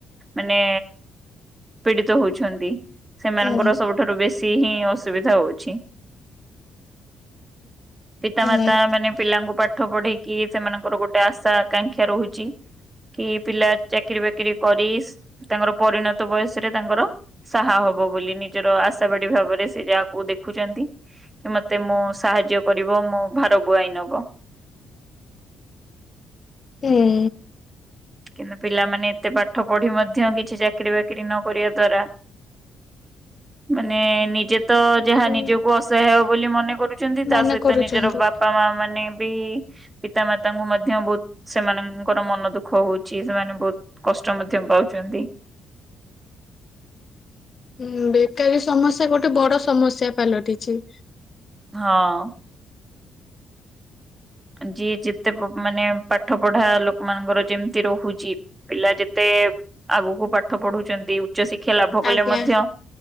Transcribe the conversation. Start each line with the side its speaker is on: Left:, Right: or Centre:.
Right: ମାନେ ପୀଡିତ ହଉଛନ୍ତି। ସେମାନଙ୍କର
Left: ହୁଁ
Right: ସବୁଠାରୁ ବେଶୀ ସେ ହିଁ ଅସୁବିଧା ହଉଛି। ପିତା
Left: ହୁଁ
Right: ମାତା ମାନେ ପିଲାଙ୍କୁ ପାଟ୍ ପାଠ ପଢେଇକି ସେମାନଙ୍କର ଗୋଟେ ଆଶା ଆକାଂକ୍ଷା ରହୁଛି। କି ପିଲା ଚାକିରି ବାକିରି କରି ତାଙ୍କର ପରିଣତ ବୟସରେ ତାଙ୍କର ସାହା ହବ ବୋଲି। ନିଜର ଆଶା ବାଡି ଭାବରେ ସେ ଯାହାକୁ ଦେଖୁଛନ୍ତି କି ମତେ ମୁଁ ସାହାଯ୍ୟ ଯ୍ୟ କରିବ ମୋ ଭାର ବୁଆଇ ନବ।
Left: ହୁଁ
Right: କିନ୍ତୁ ପିଲାମାନେ ଏତେ ପାଠ ପଢି ମଧ୍ୟ କିଛି ଚାକିରି ବାକିରି ନ କରିବା ଦ୍ଵାରା। ମାନେ ନିଜେ ତ ଯାହା
Left: ହୁଁ
Right: ନିଜକୁ ଅସହାୟ ବୋଲି ମନେ କରୁଛନ୍ତି।
Left: ମନେ
Right: ତା ସହିତ
Left: କରୁଛନ୍ତି।
Right: ନିଜର ବାପା ମା ମାନେ ବି ପିତା ମାତାଙ୍କୁ ମଧ୍ୟ ବହୁତ ସେମାନଙ୍କର ମନ ଦୁଃଖ ହଉ ଛି ସେମାନେ ବହୁତ କଷ୍ଟ ମଧ୍ୟ ପାଉଛନ୍ତି।
Left: ହୁଁ ବେକାରୀ ସମସ୍ୟା ଗୋଟେ ବଡ ସମସ୍ୟା ପାଲଟିଛି।
Right: ହଁ। ଯିଏ ଯେତେ କୋ ମାନେ ପାଠ ପଢା ଲୋକମାନଙ୍କର ଯେମି ତି ରହୁଛି ପିଲା ଯେତେ ଆଗକୁ ପାଠ ପଢୁଛନ୍ତି। ଉଚ୍ଚଶିକ୍ଷା ଲାଭ କଲେ
Left: ଆଜ୍ଞା
Right: ମଧ୍ୟ